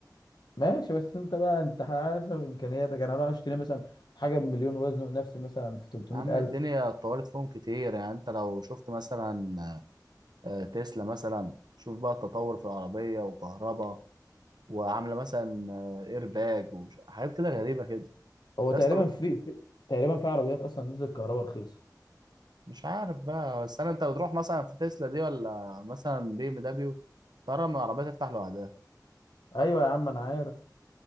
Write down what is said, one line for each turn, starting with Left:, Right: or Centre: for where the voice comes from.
Left: ماشي بس انت بقى انت حسب امكانياتك يعني انا هروح اشتري مثلا حاجه بمليون وزنه نفسي مثلا في 300
Right: يا عم
Left: الف
Right: الدنيا اتطورت فيهم كتير يعني انت لو شفت مثلا آه، تسلا مثلا شوف بقى التطور في العربية وكهرباء وعاملة مثلا ايرباج وحاجات كده غريبة كده
Left: هو تقريبا
Right: يا اسطى
Left: في, في تقريبا في عربيات اصلا نزلت كهرباء رخيصه
Right: مش عارف بقى بس انا انت بتروح مثلا في تسلا دي ولا مثلا بي ام دبليو ترى من العربية تفتح لوحدها
Left: ايوه يا عم انا عارف